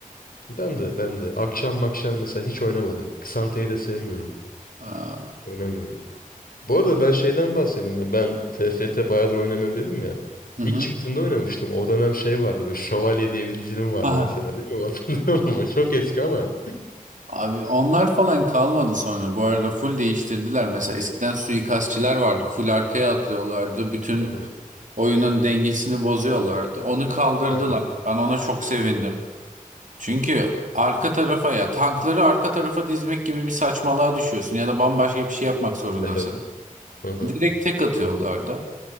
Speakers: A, on the left; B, on the right.
A: ben de ben de akşam makşam mesela hiç oynamadım. Ksante'yi de sevmiyorum.
B: Aa,
A: Oynamıyorum. Bu arada
B: ya.
A: ben şeyden bahsedeyim. ya, Ben t F T bayağıdır oynamıyorum dedim ya.
B: Hı
A: İlk
B: hı.
A: çıktığında oynamıştım. O dönem şey vardı böyle Şövalye diye bir dizilim vardı
B: Aha.
A: mesela. Bilmiyorum hatırlıyor musun? <laughs> Çok eski ama.
B: Abi onlar falan kalmadı sonra. Bu arada full değiştirdiler. Mesela eskiden suikastçiler vardı. Full arkaya atlıyorlardı. Bütün
A: Evet.
B: Oyunun dengesini bozuyorlardı. Onu kaldırdılar.
A: Aynen.
B: Ben ona çok sevindim. Çünkü arka tarafa ya tankları arka tarafa dizmek gibi bir saçmalığa düşüyorsun ya da bambaşka bir şey yapmak zorundasın.
A: Evet. Hı hı.
B: Direkt tek atıyorlardı.